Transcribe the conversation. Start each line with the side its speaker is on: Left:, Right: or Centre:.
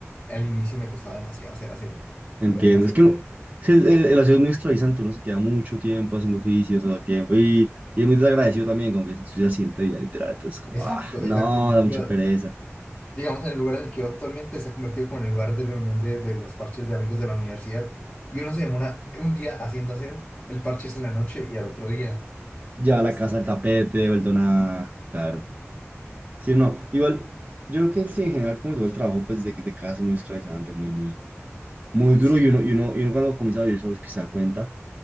Left: al inicio me costaba demasiado hacer aseo,
Right: entiendo.
Left: pero demasiado.
Right: Es que uno- sí, el, el, el aseo es muy esclavizante, uno se queda mucho tiempo haciendo oficio todo el tiempo y, y es muy desagradecido también, como que se ensucia el siguiente día, literal. Entonces, como,
Left: Exacto,
Right: ah, no,
Left: exacto.
Right: da
Left: yo
Right: mucha pereza.
Left: digamos, en el lugar en el que yo actualmente se ha convertido como en el lugar de reunión de, de los parches de amigos de la universidad. Y uno se demora un día haciendo hacer el parche es en la noche y al otro día
Right: Lleva la
Left: está,
Right: casa al tapete, vuelto nada, claro. Sí, no, igual, yo creo que sí, en general, como todo el trabajo, pues de, de casa es muy esclavizante, muy, muy. muy duro
Left: sí,
Right: y uno, y uno, y uno cuando comienza a vivir solo es que se da cuenta.